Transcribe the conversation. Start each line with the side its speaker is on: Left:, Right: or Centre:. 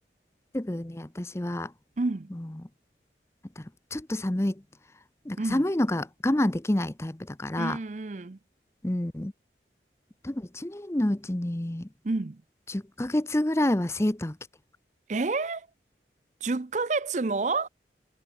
Left: ーすぐね私は
Right: うん。
Left: もうなんだろうちょっと寒いなんか寒いのが我慢できないタイプだから、
Right: うんうんうん
Left: うん、多分1年のうちに
Right: うん。
Left: 10ヶ月ぐらいはセーターを着てる
Right: え ?10 ヶ月も